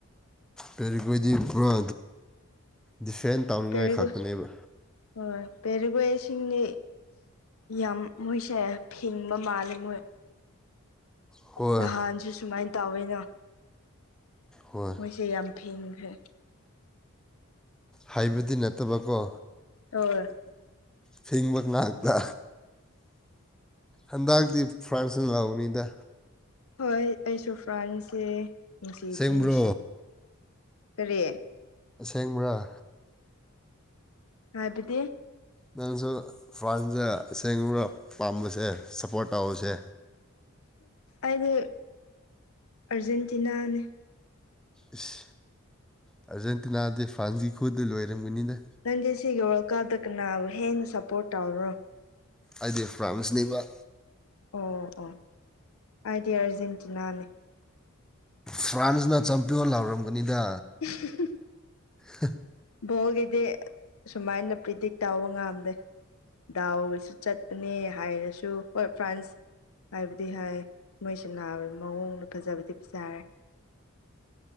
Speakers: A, in the centre; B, on the left (about 75°).
A: ꯀꯔꯤꯈꯣꯏꯗꯤ ꯄꯨꯔꯥ ꯗꯤꯐ꯭ꯔꯦꯟ ꯇꯧꯅꯤꯡꯉꯥꯏ
B: ꯄꯦꯔꯒ
A: ꯈꯥꯛꯇꯅꯦꯕ
B: ꯍꯣꯏ ꯄꯦꯔꯤꯒ ꯏꯁꯤꯡꯅꯤ ꯌꯥꯝ ꯃꯣꯏꯁꯦ ꯐꯤꯡꯕ ꯃꯥꯜꯂꯦ ꯃꯣꯏ
A: ꯍꯣꯏ
B: ꯅꯍꯥꯟꯁꯨ ꯁꯨꯃꯥꯏꯅ ꯇꯧꯋꯤꯅ
A: ꯍꯣꯏ
B: ꯃꯣꯏꯁꯦ ꯌꯥꯝ ꯐꯤꯡꯈ꯭ꯔꯦ
A: ꯍꯥꯏꯕꯗꯤ ꯅꯠꯇꯕꯀꯣ
B: ꯑꯣ
A: ꯐꯤꯡꯕ ꯉꯥꯛꯇ ꯍꯟꯗꯛꯇꯤ ꯐ꯭ꯔꯥꯟꯁꯅ ꯂꯧꯅꯤꯗ
B: ꯍꯣꯏ ꯑꯩꯁꯨ ꯐ꯭ꯔꯥꯟꯁꯦ ꯅꯨꯡꯁꯤꯕꯤ
A: ꯑꯁꯦꯡꯕ꯭ꯔꯣ
B: ꯅꯨꯡꯁꯤ ꯀꯔꯤ
A: ꯑꯁꯦꯡꯕ꯭ꯔꯥ
B: ꯍꯥꯏꯕꯗꯤ
A: ꯅꯪꯁꯨ ꯐ꯭ꯔꯥꯟꯁꯗ ꯑꯁꯦꯡꯕꯥꯔ ꯄꯥꯝꯕꯁꯦ ꯁꯞꯄꯣꯔꯠ ꯇꯧꯕꯁꯦ
B: ꯑꯩꯗꯤ ꯑꯔꯖꯦꯟꯇꯤꯅꯥꯅꯦ
A: ꯏꯁ ꯑꯥꯔꯖꯦꯟꯇꯤꯅꯥꯗꯤ ꯐ꯭ꯔꯥꯟꯁꯒꯤ ꯈꯨꯗ ꯂꯣꯏꯔꯝꯒꯅꯤꯅꯦ
B: ꯅꯪꯁꯦ ꯁꯤꯒꯤ ꯋꯥꯔꯜ ꯀꯥꯞꯇ ꯀꯅꯥꯕꯨ ꯍꯦꯟꯅ ꯁꯞꯄꯣꯔꯠ ꯇꯧꯕꯔꯣ
A: ꯑꯩꯗꯤ ꯐ꯭ꯔꯥꯁꯟꯅꯤꯕ
B: ꯑꯣ ꯑꯣ ꯑꯩꯗꯤ ꯑꯔꯖꯦꯟꯇꯤꯅꯥꯅꯦ
A: ꯐ꯭ꯔꯥꯟꯁꯅ ꯆꯝꯄꯤꯌꯣꯟ ꯂꯥꯎꯔꯝꯒꯅꯤꯗ
B: <inaudible>
A: ꯍ
B: ꯚꯣꯜꯒꯤꯗꯤ ꯁꯨꯃꯥꯏꯅ ꯄ꯭ꯔꯤꯗꯤꯛ ꯇꯧꯕ ꯉꯝꯗꯦ ꯗꯥꯎꯒꯁꯨ ꯆꯠꯄꯅꯦ ꯍꯥꯏꯔꯁꯨ ꯍꯣꯏ ꯐ꯭ꯔꯥꯟꯁ ꯍꯥꯏꯕꯗꯤ ꯍꯥꯏ ꯅꯣꯏ ꯁꯥꯟꯅꯥꯕ ꯃꯑꯣꯡꯗꯣ ꯐꯖꯕꯗꯤ ꯐꯖꯥꯔꯦ